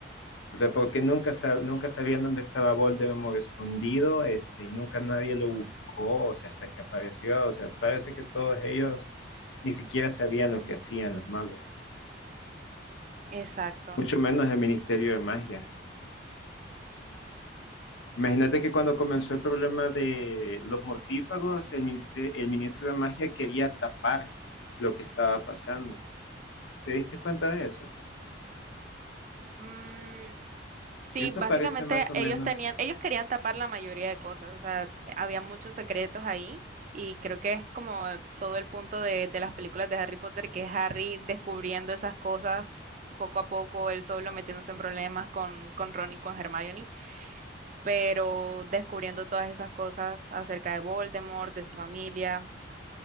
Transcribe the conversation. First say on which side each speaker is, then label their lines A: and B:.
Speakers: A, on the left; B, on the right.
A: O sea, porque nunca, sab- nunca sabían dónde estaba Voldemort escondido, este, y nunca nadie lo buscó, o sea, hasta que apareció. O sea, parece que todos ellos ni siquiera sabían lo que hacían los magos,
B: Exacto.
A: mucho menos el Ministerio de Magia. Imagínate que cuando comenzó el problema de los mortífagos, el, ministe- el ministro de Magia quería tapar lo que estaba pasando. ¿Te diste cuenta de eso?
B: Mm, sí,
A: Eso
B: básicamente
A: parece más o
B: ellos
A: menos
B: tenían, ellos querían tapar la mayoría de cosas. O sea, había muchos secretos ahí. Y creo que es como todo el punto de, de las películas de Harry Potter, que es Harry descubriendo esas cosas poco a poco, él solo metiéndose en problemas con, con Ron y con Hermione. pero descubriendo todas esas cosas acerca de Voldemort, de su familia.